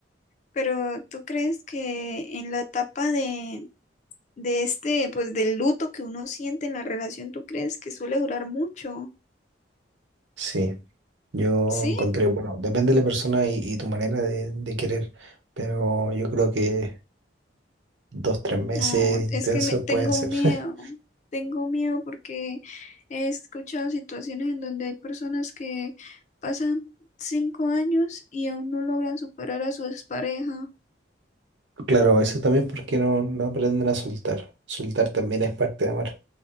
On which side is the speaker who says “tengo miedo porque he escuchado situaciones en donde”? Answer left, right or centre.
Left